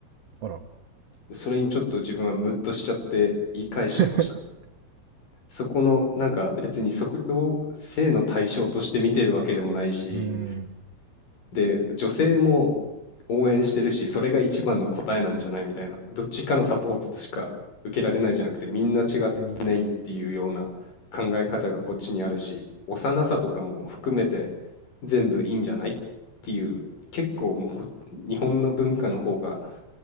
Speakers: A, on the right; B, on the left.
A: あら。
B: それにちょっと自分はムッとしちゃって言い返しちゃいましたね。
A: <laughs>
B: そこのなんか別に測量性の対象として見てるわけでもないし、
A: うーん。
B: で、女性も応援してるし、それが一番の答えなんじゃないみたいな。どっちかのサポートとしか受けられないじゃなくて、みんな違ってみんないいっていうような考え方がこっちにあるし、幼さとかも含めて全部いいんじゃないっていう、結構もうこ日本の文化の方が